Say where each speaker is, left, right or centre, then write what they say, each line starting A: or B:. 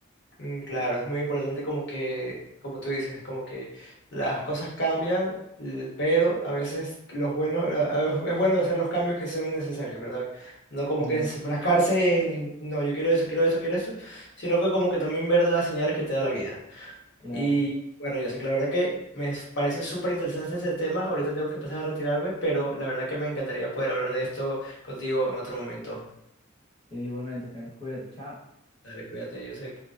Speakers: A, on the left; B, on the left.
A: Mm, Claro, es muy importante como que, como tú dices, como que las cosas cambian, l- pero a veces los buenos, a- a- es bueno hacer los cambios que sean necesarios, ¿verdad? No como
B: Ajá,
A: que enfrascarse en, no, yo quiero esto, quiero esto, quiero esto, sino que como que también ver las señales que te da la vida.
B: claro.
A: Y bueno, yo sé que la verdad que me s- parece súper interesante este tema, ahorita tengo que empezar a retirarme, pero la verdad que me encantaría poder hablar de esto contigo en otro momento.
B: Sí, igualmente, Carlos, cuídate, chao.
A: Dale, cuídate, yo sé.